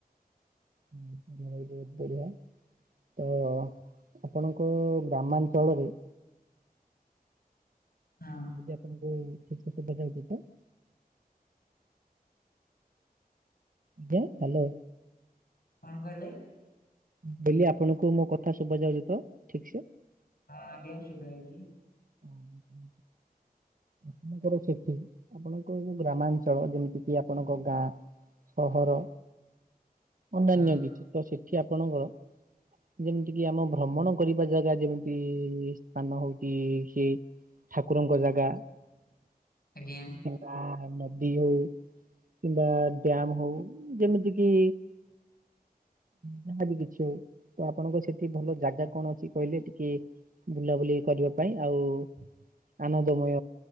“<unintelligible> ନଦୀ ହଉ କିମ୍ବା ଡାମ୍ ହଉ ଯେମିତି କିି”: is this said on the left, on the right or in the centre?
Right